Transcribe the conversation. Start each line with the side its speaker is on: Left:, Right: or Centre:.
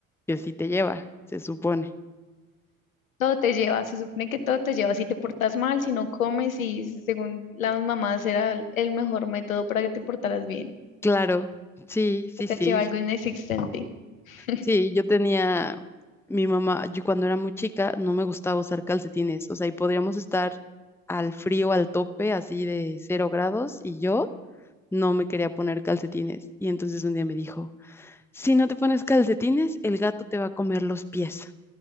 Centre: que sí te lleva, se supone.
Left: todo te lleva, se supone que todo te lleva. Si te portas mal, si no comes y según las mamás era el el mejor método para que te portaras bien.
Centre: Claro, sí, sí,
Left: que Te
Centre: sí.
Left: lleva algo inexistente. <laughs>
Centre: Sí, yo tenía mi mamá, yo cuando era muy chica no me gustaba usar calcetines, o sea, y podríamos estar al frío, al tope, así de cero grados, y yo no me quería poner calcetines. Y entonces un día me dijo, si no te pones calcetines, el gato te va a comer los pies.